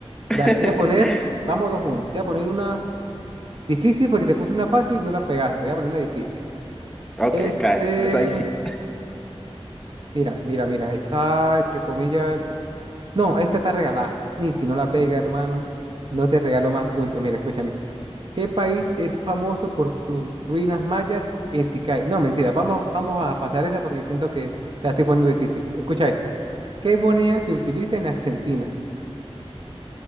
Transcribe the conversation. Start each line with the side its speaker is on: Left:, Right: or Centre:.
Right: Dale,
Centre: <laughs>
Right: te voy a poner, vamos dos uno. Te voy a poner una difícil porque te puse una fácil y no la pegaste. Te voy a poner una difícil.
Centre: Ok,
Right: Este,
Centre: cae. Les ahí sí.
Right: mira, mira, mira, está entre comillas. No, esta está regalada. Ni si no la pega, hermano, no te regalo más puntos. Mira, escúchame. ¿Qué país es famoso por sus ruinas mayas en Tikal? No, mentira, vamos, vamos a pasar esa porque siento que te la estoy poniendo difícil. Escucha esta. ¿Qué moneda se utiliza en Argentina?